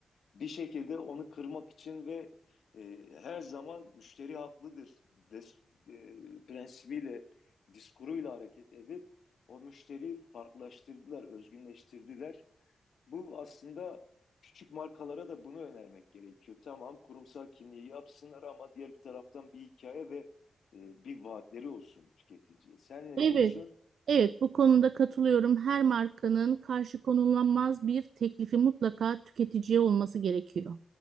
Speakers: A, on the left (about 80°); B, on the right (about 80°).
A: Bir şekilde onu kırmak için ve e, her zaman müşteri haklıdır des, e, prensibiyle, diskuruyla hareket edip o müşteriyi farklılaştırdılar, özgünleştirdiler. Bu aslında küçük markalara da bunu önermek gerekiyor. Tamam kurumsal kimliği yapsınlar ama diğer bir taraftan bir hikaye ve e, bir vaatleri olsun tüketiciye. Sen ne
B: Evet.
A: diyorsun?
B: Evet bu konuda katılıyorum. Her markanın karşı konulamaz bir teklifi mutlaka tüketiciye olması gerekiyor.